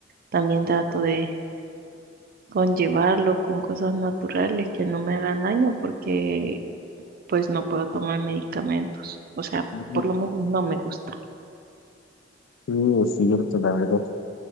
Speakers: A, on the right; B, on the left.
A: también trato de conllevarlo con cosas naturales que no me hagan daño porque pues no puedo tomar medicamentos. O sea,
B: Sí,
A: por lo menos no me gusta.
B: sí, es cierto, la verdad